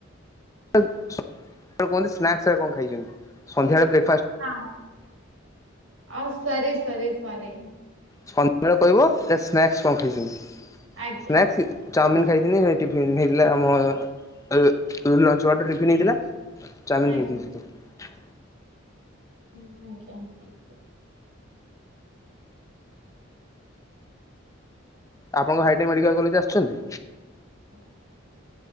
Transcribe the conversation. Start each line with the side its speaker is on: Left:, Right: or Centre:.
Left: ଆପଣ କୁହନ୍ତୁ ସ୍ନାକ୍ସ କଣ ଖାଇଛନ୍ତି ସନ୍ଧ୍ୟାବେଳେ ବ୍ରେକ
Right: ହଁ ଅ ସରି ସରି ସରି ସେ
Left: ସନ୍ଧ୍ୟାବେଳେ କହିବ ଏ ସ୍ନାକ୍ସ କଣ ଖାଇଛନ୍ତି
Right: ଆଜ୍ଞା
Left: ସ୍ନାକ୍ସ ଚାଉମିିନ ଖାଇଦିନି ସେ ଟିଫିନ ହେଇଥିଲା ଆମ ଲଞ୍ଚ ୱାଡ ରେ ଟିଫିନ୍ ହେଇଥିଲା ଚାଉମିନ
Right: ଆଜ୍ଞା
Left: ଖାଇଥିଲି ସେଠି
Right: ହ ଆଜ୍ଞା
Left: ଆପଣଙ୍କ ହାଇଟେକ ମେଡିକାଲ କଲେଜ ଆସିଛନ୍ତି
Right: <unintelligible>